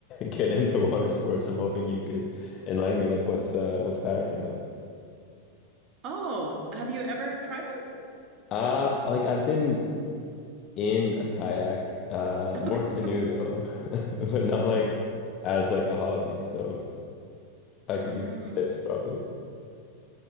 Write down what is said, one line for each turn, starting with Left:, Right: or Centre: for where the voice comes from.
Left: <laughs> get into water sports. I'm hoping you could enlighten me like what's uh what's kayaking like?
Right: Oh, have you ever tried it?
Left: Uh like I've been in a kayak, uh
Right: <laughs>
Left: more canoe though, <laughs> but not like as like a hobby. So I could
Right: Okay.
Left: use
Right: hmm
Left: tips probably.